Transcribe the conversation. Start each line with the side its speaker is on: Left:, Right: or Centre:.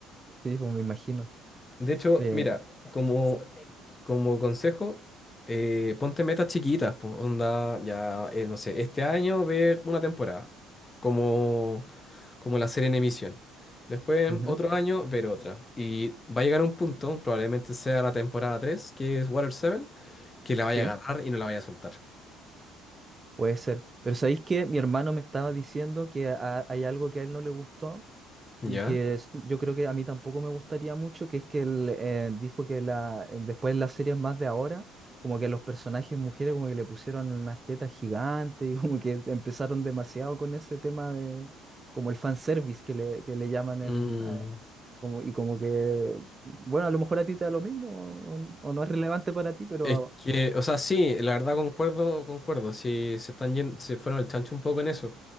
Right: Sí, pues me imagino.
Left: De hecho,
Right: Eh,
Left: mira, como, como consejo, eh, ponte metas chiquitas, po, onda, ya, eh, no sé, este año ver una temporada. Como... como la serie en emisión. Después,
Right: ujú,
Left: otro año, ver otra. Y va a llegar un punto, probablemente sea la temporada 3 que es Water 7, que la vaya
Right: sí,
Left: a agarrar y no la vaya a soltar.
Right: puede ser. Pero ¿sabéis que mi hermano me estaba diciendo que a- hay algo que a él no le gustó
Left: ¿Ya?
Right: y que es- yo creo que a mí tampoco me gustaría mucho, que es que él eh, dijo que la, eh, después en las series más de ahora, como que a los personajes mujeres como que le pusieron unas tetas gigantes y como que empezaron demasiado con ese tema de como el fanservice que le, que le llaman
Left: Mm.
Right: en... eh, como, y como que, bueno, a lo mejor a ti te da lo mismo o o no es relevante para ti, pero...
Left: Es que, o sea, sí, la verdad concuerdo, concuerdo, sí, se están yen- se fueron al chancho un poco en eso,